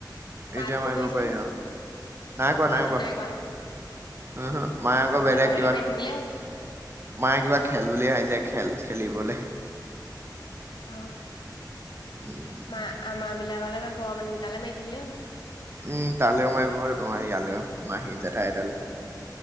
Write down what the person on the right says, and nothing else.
এতিয়া মাৰিব
পাৰি
অহ, নাই কোৱা
নাই কোৱা,
উহো,
মায়ে
আকৌ
বেলেগ কিবা,
মায়ে কিবা খেল
বুলি ভাবিছে, খেল খেলিবলে
উম
উম তালৈও মাৰিব তোমাৰ ইয়ালৈও মাহী জেঠাইতালে,